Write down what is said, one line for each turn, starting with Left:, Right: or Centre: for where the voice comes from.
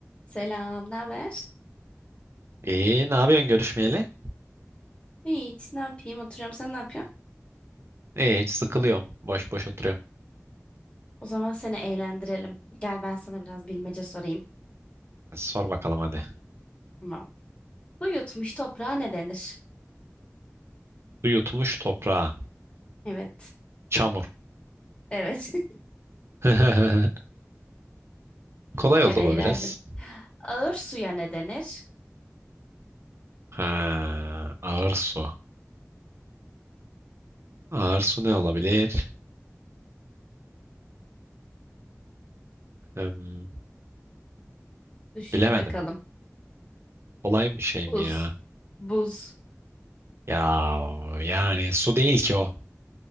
Left: Selam, ne haber?
Right: İyi, ne yapıyorsun görüşmeyeli?
Left: Hiç, ne yapayım? Oturuyorum, sen ne yapıyorsun?
Right: İyi, hiç sıkılıyorum. Boş boş oturuyorum.
Left: O zaman seni eğlendirelim. Gel ben sana biraz bilmece sorayım.
Right: Sor bakalım hadi.
Left: Tamam. Su yutmuş toprağa ne denir?
Right: Su yutmuş toprağa.
Left: Evet,
Right: Çamur.
Left: evet. <laughs>
Right: <laughs> Kolay
Left: Ben
Right: oldu
Left: eğlendim.
Right: bu biraz.
Left: Ağır suya ne denir?
Right: Ha, ağır su. Ağır su ne olabilir? Hmm,
Left: Düşün
Right: bilemedim.
Left: bakalım.
Right: Kolay bir şey
Left: Buz,
Right: mi ya?
Left: buz.
Right: Ya yani su değil ki o.